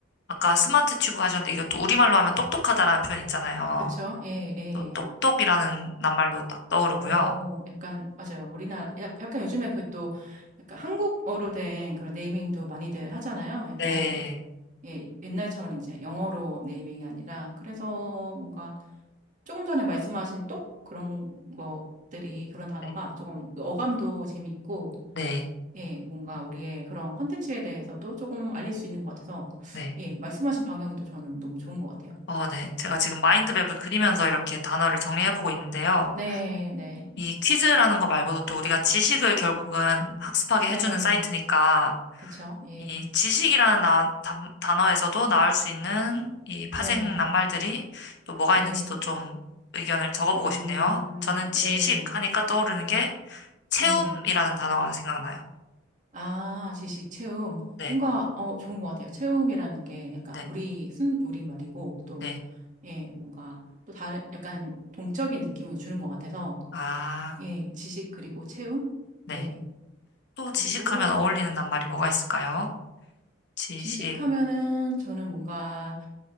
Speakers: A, on the left; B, on the right.
A: 아까 스마트 튜브 하셨는데 이것도 우리말로 하면 똑똑하다라는 표현 있잖아요.
B: 그쵸? 예, 예.
A: 또 똑똑이라는 낱말도 딱 떠오르고요.
B: 오, 약간, 맞아요. 우리나라, 약- 약간 요즘에 그 또, 약간 한국어로 된 그런 네이밍도 많이들 하잖아요. 약간,
A: 네.
B: 예, 옛날처럼 이제 영어로 네이밍이 아니라, 그래서 뭔가 조금 전에 말씀하신 똑 그런 것들이, 그런 단어가
A: 네.
B: 조금 어감도 재밌고,
A: 네.
B: 예, 뭔가
A: 음,
B: 우리의 그런 컨텐츠에 대해서도 조금 알릴 수 있는 것 같아서,
A: 네.
B: 예, 말씀하신 방향도 저는 너무 좋은 것 같아요.
A: 어, 네. 제가 지금 마인드맵을 그리면서 이렇게 단어를 정리해보고 있는데요.
B: 네, 네,
A: 이 퀴즈라는 거 말고도 또 우리가 지식을 결국은 학습하게
B: 네,
A: 해주는 사이트니까
B: 그쵸, 예,
A: 이 지식이라는 나- 단- 단어에서도 나올 수 있는 이 파생
B: 네,
A: 낱말들이 또 뭐가
B: 예.
A: 있는지 또 좀 의견을 적어보고
B: 음,
A: 싶네요. 저는 지식
B: 네,
A: 하니까 떠오르는 게 체움이라는
B: 예.
A: 단어가 생각나요.
B: 아, 지식 체험.
A: 네,
B: 뭔가, 어, 좋은 것 같아요. 체험이라는 게 약간
A: 네,
B: 우리, 순, 우리 말이고, 또,
A: 네.
B: 예, 뭔가, 또 다른, 약간 동적인 느낌을 주는 것 같아서,
A: 아,
B: 예, 지식 그리고 체험?
A: 네.
B: 예.
A: 또
B: 그리고
A: 지식하면 어울리는 낱말이 뭐가 있을까요? 지식,
B: 지식하면은 저는 뭔가,